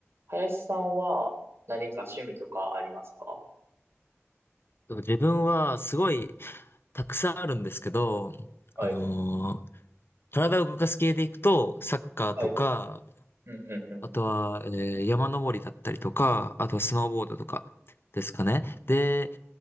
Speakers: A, on the right; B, on the left.
A: 林さんは何か趣味とかありますか
B: 自分はすごいたくさんあるんですけど、
A: はい。
B: あのー体を動かす系でいくと、サッカーとか、
A: はい。うん、うん、うん。
B: あとは、えー山登りだったりとか、あとはスノーボードとかですかね。
A: うん。
B: で、